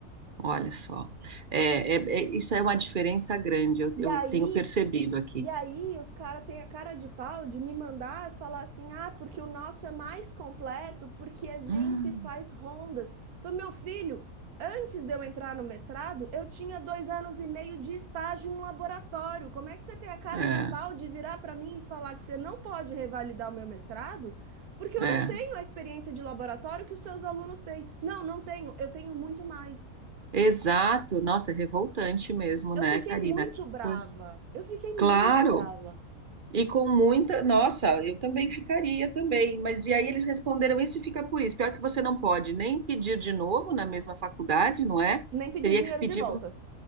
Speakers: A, on the right; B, on the right.
A: Olha só. É, é- é- isso é uma diferença grande, eu,
B: E
A: eu
B: aí,
A: tenho percebido aqui.
B: E aí os caras têm a cara de pau de me mandar falar assim, ah, porque o nosso é mais completo, porque a gente
A: Hum.
B: faz rondas. Falei, meu filho, antes de eu entrar no mestrado, eu tinha dois anos e meio de estágio em laboratório. Como é que você tem a cara
A: É,
B: de pau de virar para mim e falar que você não pode revalidar o meu mestrado? Porque eu
A: é.
B: não tenho a experiência de laboratório que os seus alunos têm. Não, não tenho, eu tenho muito mais.
A: Exato. Nossa, é revoltante mesmo,
B: Eu
A: né,
B: fiquei
A: Karina?
B: muito
A: Que
B: brava.
A: coisa.
B: Eu fiquei
A: Claro.
B: muito brava.
A: E com muita. Nossa, eu também ficaria também. Mas e aí eles responderam isso e fica por isso. Pior que você não pode nem pedir de novo na mesma faculdade, não é?
B: Nem pedi
A: Teria
B: o dinheiro
A: que pedir
B: de volta.
A: para